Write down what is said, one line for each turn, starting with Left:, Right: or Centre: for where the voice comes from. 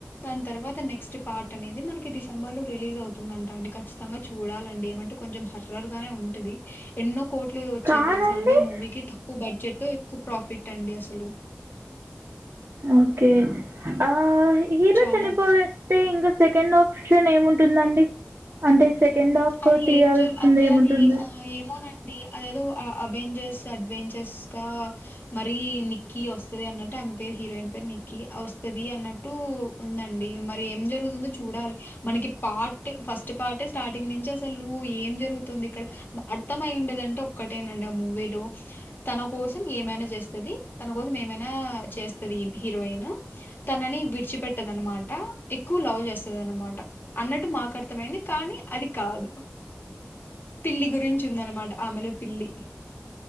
Left: దాని తర్వాత తర్వాత నెక్స్ట్ార్ అనేది మనకి డిసెంబర్ లో రిలీజ్ అవుతుందంట అండి చ్చిత చూాలండి ఏమంటే కొంచెం హర్ గా ఉంటది ఎన్నో కోట్లు వచ్చాయి
Right: కాదండి
Left: తెలుసా అంటే ఆ మూవీ క తక్కువ బడ్జెట్ త ఎక్కువ ప్రఫిట్ అండి అసలు
Right: ఓకే ఆ హీరో
Left: చాలా
Right: శనిపోతే ఇ సెకండ్ ఆప్షన్ ఏముంటుందండి అంటే సెకండ్ హాఫ్
Left: అది
Right: తీయాల్సింది
Left: ఏం జ అంటే
Right: ఏముంటుంద్
Left: అది ఆ ఏమోనండి అదేదో అవెంజర్స్ అడ్వెంచర్స్ గా మరీ నిక్కీ వస్తుది అన్నట్టు పే హీరోయిన్ పేరు నిక్కి వస్తుది అన్నట్టు ఉందండి మరి ఏం జరుగుతుందో చూడాలి మనకి పార్ట్ ఫస్ట్ పార్ట్ స్టార్ట్ నించసలు ఏం జరుగుతుంది ఇక్కడ అర్థం అయిండదింటే ఒక్కటేనండి ఆ మూవీలో తన కోసం ఏమైనా చేస్తది తన కోసం ఏమైనా చేస్తది హీరోయిన్ తనని విడిచిపెట్టదనమాట ఎక్కువ లవ్ చేస్తుదనమాట అన్నట్టు మాకు అర్థమైంది కానీ అది కాదు పిల్లి గురించి ఉందనమాట ఆమెలో పిల్లి